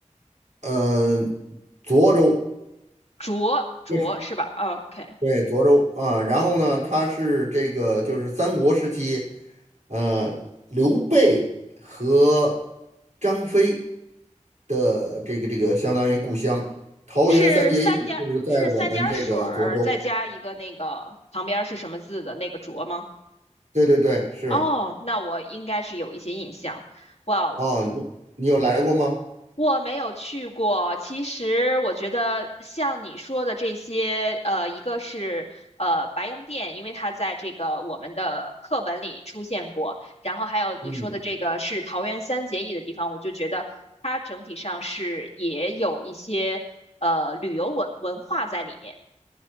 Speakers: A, on the right; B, on the left.
A: 呃，涿州，
B: 浊浊是吧
A: 就是
B: o k
A: 对，涿州啊。然后呢，他是这个就是三国时期，呃，刘备和张飞的这个这个相当于故乡，桃园三结义就是在我们这个涿州。
B: 是三点是三点水儿再加一个那个旁边是什么字的那个浊吗？
A: 对对对，是。
B: 哦，那我应该是有一些印象。哇哦，
A: 哦，你你有来过吗？
B: 我没有去过，其实我觉得像你说的这些，呃，一个是呃白洋淀，因为它在这个我们的课本里出现过，然后还有你说的这个是桃园三结义的地方，
A: 嗯。
B: 我就觉得它整体上是也有一些呃旅游文文化在里面。